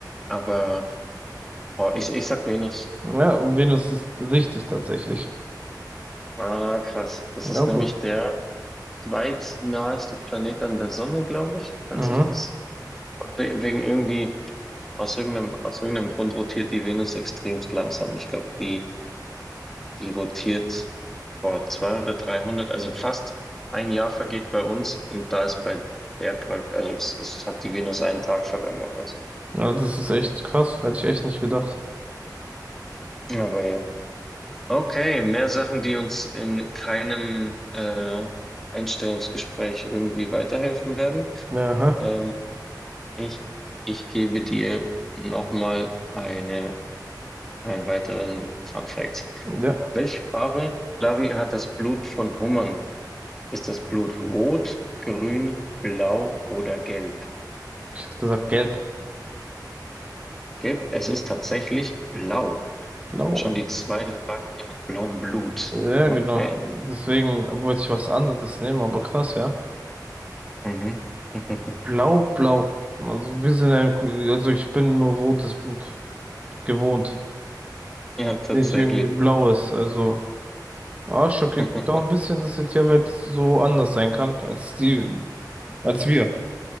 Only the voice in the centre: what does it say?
aber boah, ich, ich sag Venus.
Ah, krass. Das
ist nämlich der zweitnaheste Planet an der Sonne, glaube ich, falls
ich das. Und we- wegen irgendwie, aus irgendeinem, aus irgendeinem Grund rotiert die Venus extremst langsam. Ich glaube, die Die rotiert vor 200 oder 300, also fast ein Jahr vergeht bei uns und da ist bei der praktisch, also es, es hat die Venus einen Tag vergangen oder so.
Aber ja. Okay, mehr Sachen, die uns in keinem äh, Einstellungsgespräch irgendwie weiterhelfen werden.
Ähm, ich, ich gebe dir nochmal eine, einen weiteren Fun Fact.
Welche Farbe, Lavi, hat das Blut von Hummern? Ist das Blut rot, grün, blau oder gelb?
Gelb, es ist tatsächlich blau.
Schon die zweite Frage hier mit blauem Blut.
Okay.
Mhm. <laughs>
Ja, tatsächlich.
<laughs>